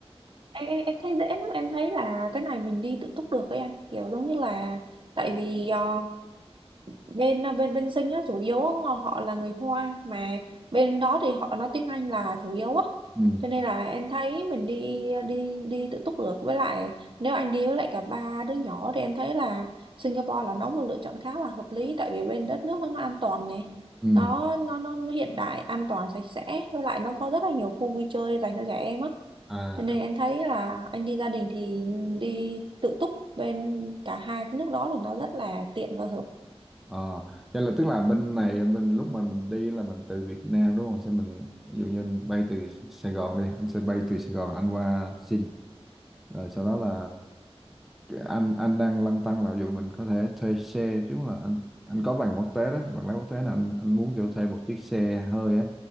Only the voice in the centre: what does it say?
ừ
ừ
à
ờ vậy là tức là bên này mình lúc mà mình đi là mình từ Việt Nam đúng không sẽ mình ví dụ như bay từ Sài Gòn đi anh sẽ bay từ Sài Gòn anh qua Sing rồi sau đó là anh anh đang lăn tăn là dù mình có thể thuê xe chứ là anh anh có bằng quốc tế đó bằng lái quốc tế là anh anh muốn kiểu thuê một chiếc xe hơi á